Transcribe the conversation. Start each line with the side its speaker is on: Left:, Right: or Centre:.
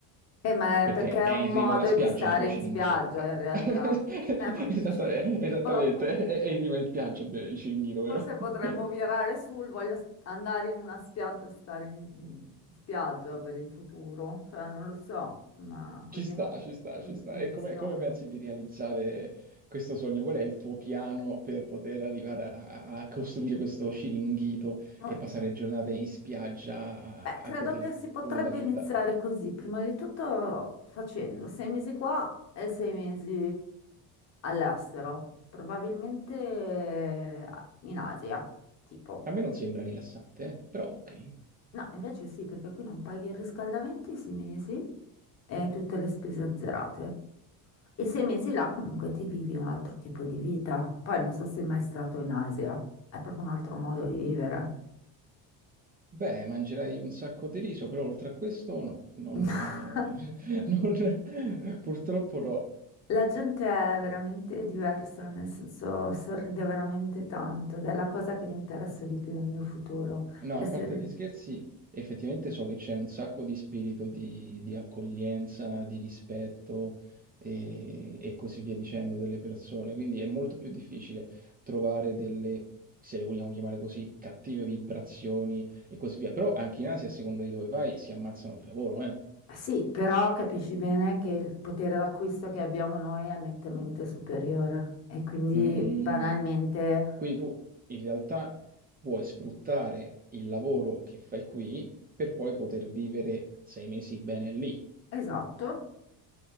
Left: Eh, ma
Right: Perché
Left: è perché è
Right: è
Left: un
Right: in riva
Left: modo
Right: alla spiaggia
Left: di stare
Right: il tuo
Left: in
Right: Ciringhito.
Left: spiaggia
Right: Eh.
Left: in realtà.
Right: <laughs>
Left: Eh, proprio
Right: Esatta-
Left: ci rincola.
Right: eh, Esattamente, è è in riva in spiaggia beh, il Ciringhito, vero?
Left: Forse potremmo
Right: <laughs>
Left: virare sul voglio s- andare in una spiaggia e stare in, in spiaggia per il futuro. Cioè, non lo so, ma così
Right: Ci sta,
Left: non,
Right: ci sta,
Left: non
Right: ci sta.
Left: funziona.
Right: E come, come pensi di realizzare questo sogno? Qual è il tuo piano per poter arrivare a, a costruire questo Ciringhito
Left: Oddio.
Right: e passare le giornate in spiaggia
Left: Beh,
Right: a, a
Left: credo
Right: goderti
Left: che si potrebbe
Right: il sole e la vita?
Left: iniziare così, prima di tutto facendo sei mesi qua e sei mesi all'estero, probabilmente eh, in Asia, tipo.
Right: A me non sembra rilassante, eh, Però ok.
Left: No, invece sì, perché qui non paghi il riscaldamento i sei mesi e hai tutte le spese azzerate. E sei mesi là comunque ti vivi un altro tipo di vita. Poi non so se sei mai stato in Asia, è proprio un altro modo di vivere.
Right: Beh, mangerei un sacco di riso, però oltre a questo no, non,
Left: <laughs>
Right: eh, <laughs> non- purtroppo no.
Left: La gente è veramente diversa, nel senso sorride veramente tanto ed è la cosa che mi interessa di più nel mio futuro.
Right: No,
Left: Essere...
Right: a parte gli scherzi, effettivamente so che c'è un sacco di spirito di, di accoglienza, di rispetto e, e così via dicendo delle persone, quindi è molto più difficile trovare delle, se le vogliamo chiamare così, cattive vibrazioni e così via. Però anche in Asia, a seconda di dove vai, si ammazzano di lavoro, eh.
Left: Sì, però capisci bene che il potere d'acquisto che abbiamo noi è nettamente superiore e quindi
Right: Mm.
Left: banalmente,
Right: Quindi tu in realtà vuoi sfruttare il lavoro che fai qui per poi poter vivere sei mesi bene lì.
Left: esatto,